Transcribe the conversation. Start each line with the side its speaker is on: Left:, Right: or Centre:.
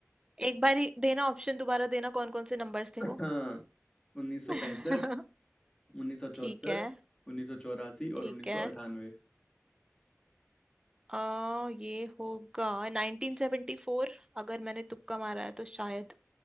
Right: एक बार ही देना ऑप्शन दोबारा देना कौन कौन से नंबर्स थे वो
Left: हाँ 1965
Right: <laughs>
Left: 1974
Right: ठीक है
Left: 1984
Right: ठीक
Left: और 1998
Right: है आ, ये होगा 1974 अगर मैंने तुक्का मारा है तो शायद